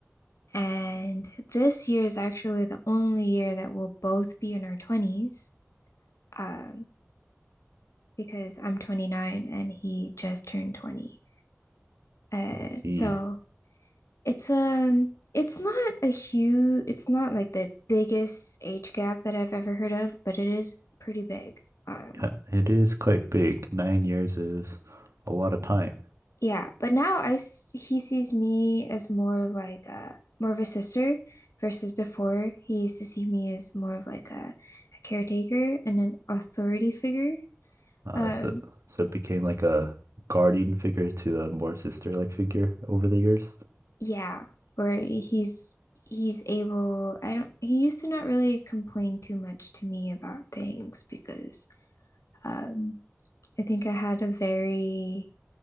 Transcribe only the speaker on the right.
see,
Yeah, it is quite big. Nine years is a lot of time.
Uh,
so so it became like a guardian figure to a more sister-like figure over the years.